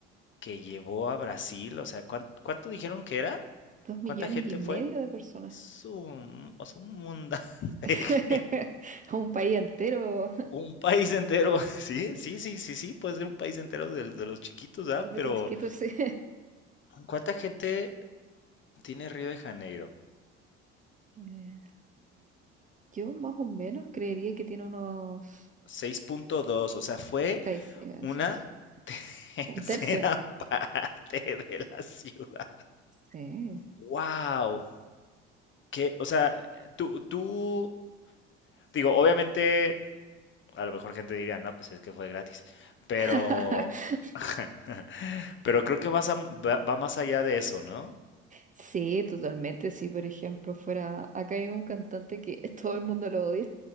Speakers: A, on the left (about 35°); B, on the right (about 25°).
A: que llevó a Brasil, o sea, ¿cuán- ¿cuánto, dijeron que era?
B: dos millones
A: ¿Cuánta gente
B: y medio
A: fue?
B: de personas,
A: Su- o sea, un mundo <laughs> de
B: <laughs>
A: gente,
B: un país entero
A: un país entero, <laughs> sí, sí, sí, sí, sí, puede ser un país entero de, de los chiquitos,
B: <laughs>
A: ¿ah?
B: de
A: Pero
B: los chiquitos, sí. <laughs>
A: ¿cuánta gente tiene Río de Janeiro?
B: Eh, yo más o menos creería que tiene unos
A: seis punto dos o sea, fue
B: seis, iba a
A: una
B: decir, eso.
A: Tercera
B: un tercio.
A: <laughs> parte de la ciudad.
B: Sí.
A: Wow, que, o sea, tú, tú, digo, obviamente, a lo mejor gente diría, no, pues es que fue gratis, pero,
B: <laughs>
A: <laughs> pero creo que vas a- va, va más allá de eso, ¿no?
B: Sí, totalmente. Si, por ejemplo, fuera. Acá hay un cantante que <laughs> todo el mundo lo odia